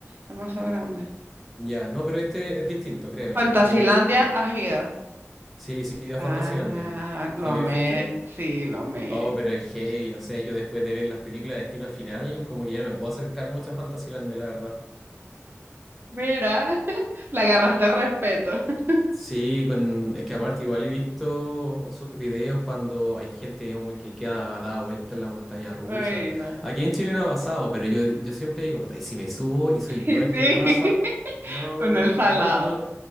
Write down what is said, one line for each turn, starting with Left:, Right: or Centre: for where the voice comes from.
Right: demasiado grande.
Centre: Ya, no, pero este es distinto, créeme,
Right: Fantasilandia,
Centre: es como,
Right: ¿has ido?
Centre: sí, sí, a
Right: Ah,
Centre: Fantasilandia.
Right: lo
Centre: ¿También
Right: amé,
Centre: fuiste?
Right: sí, lo amé.
Centre: Oh, pero es heavy, no sé, yo después de ver las películas de Destino Final, como que ya no me puedo acercar mucho a Fantasylandia, la verdad.
Right: Mira, <laughs> le agarraste respeto. <laughs>
Centre: Sí, con, es que aparte igual he visto sus videos cuando hay gente como que queda dada vuelta en la montaña rusa.
Right: Bueno.
Centre: Aquí en Chile no ha pasado, pero yo, yo siempre digo, puta, y si me subo y soy
Right: Sí, <laughs>
Centre: yo el que le pasa, no,
Right: con el salado.
Centre: no, no,